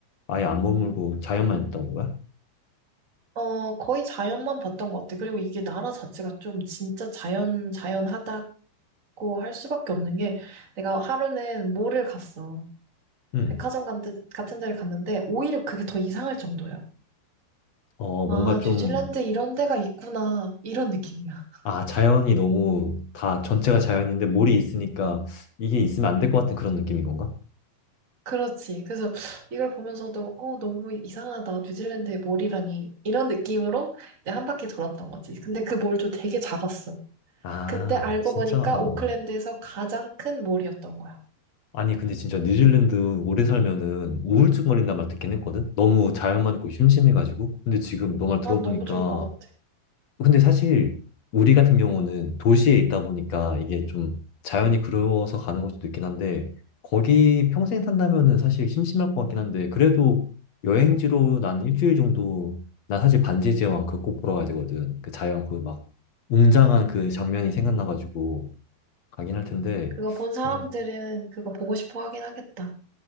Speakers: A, on the left; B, on the right.
A: 아예 안 머물고 자연만 있다는 거야?
B: 어 거의 자연만 봤던 것 같아. 그리고 이게 나라 자체가 좀 진짜 자연 자연하다고 할 수밖에 없는 게 내가 하루는 몰을 갔어.
A: 음.
B: 백화점 같은 같은 데를 갔는데 오히려 그게 더 이상할 정도야.
A: 어,
B: 아,
A: 뭔가 좀
B: 뉴질랜드 이런 데가 있구나. 이런 느낌이야.
A: 아, 자연이 너무 다 전체가 자연인데 몰이 있으니까 이게 있으면 안 될 것 같은 그런 느낌인 건가?
B: 그렇지. 그래서 이걸 보면서도 어 너무 이상하다. 뉴질랜드의 몰이라니 이런 느낌으로 이제 한 바퀴 돌았던 거지. 근데 그 몰도 되게 작았어.
A: 아,
B: 근데 알고
A: 진짜?
B: 보니까
A: 어.
B: 오클랜드에서 가장 큰 몰이었던 거야.
A: 아니 근데 진짜 뉴질랜드 오래 살면은 우울증 걸린단 말 듣긴 했거든. 너무 자연만 있고 심심해가지고. 근데 지금 너 말 들어보니까
B: 난 너무 좋을 것 같아.
A: 근데 사실 우리 같은 경우는 도시에 있다 보니까 이게 좀 자연이 그리워서 가는 걸 수도 있긴 한데 거기 평생 산다면은 사실 심심할 것 같긴 한데 그래도 여행지로 난 일주일 정도 난 사실 반지의 제왕 그거 꼭 보러 가야 되거든. 그 자연 그 막 웅장한 그 장면이 생각나가지고 가긴 할 텐데.
B: 그거 본 사람들은
A: 어,
B: 그거 보고 싶어 하긴 하겠다.